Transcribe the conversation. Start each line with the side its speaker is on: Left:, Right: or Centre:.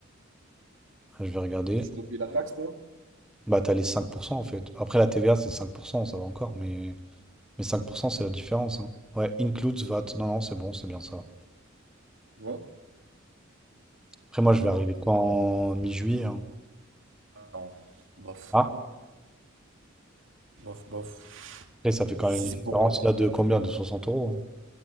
Centre: Je vais regarder.
Right: Et tu dois payer la Ouais. taxe, toi,
Centre: Bah, t'as les 5% en fait. Après, la TVA, c'est 5%, ça va encore, mais, mais 5%, c'est la différence, hein. Ouais, includes VAT. Non, non, c'est bon, c'est bien ça.
Right: tu vois?
Centre: Après, moi, je vais arriver qu'en mi-juillet, hein.
Right: Non, bof,
Centre: Ah.
Right: bof, bof.
Centre: après ça fait quand
Right: Puis
Centre: même
Right: si
Centre: une
Right: c'est
Centre: différence
Right: pour... euh,
Centre: là de combien? De 60 euros?